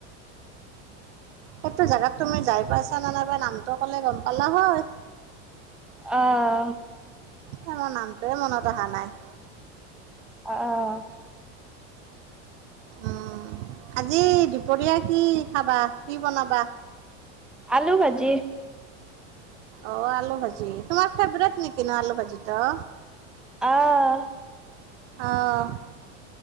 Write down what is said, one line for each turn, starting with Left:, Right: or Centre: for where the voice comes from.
Right: সেইটো জেগাত তুমি যাই পাইছা নে নাই বা। নামটো কলে গম পালা হয়।
Centre: অঁ,।
Right: মোৰ নামটোৱে মনত অহা নাই।
Centre: আহ
Right: উম, আজি দুপৰীয়া কি খাবা, কি বনাবা?
Centre: আলু ভাজি
Right: অঁ, আলু ভাজি। তোমাৰ ফেভৰেট নেকি ন আলু ভাজিটো?
Centre: অঁ,।
Right: অ',